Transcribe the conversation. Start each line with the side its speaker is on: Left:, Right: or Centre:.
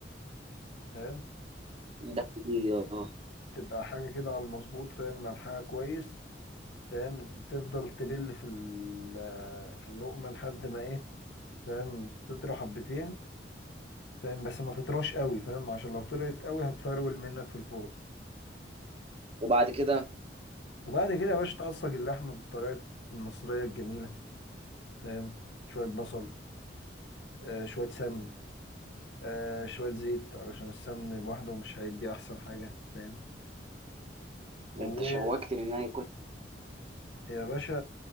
Left: فاهم
Right: ده دي اه
Left: تبقى حاجة كده على المظبوط فاهم ملحها كويس فاهم تفضل تبل في ال- آه، اللقمة لحد ما ايه فاهم تطرى حبتين فاهم بس ما تطراش قوي فاهم عشان لو طرت قوي هتفرول منك في الفرن
Right: وبعد كده
Left: وبعد كده يا باشا تعصج اللحمة بالطريقة المصرية الجميلة فاهم شوية بصل آه شوية سمن آه شوية زيت علشان السمن لوحده مش هيدي أحسن حاجة فاهم و...
Right: ده انت شوقتني ان انا اكل
Left: يا باشا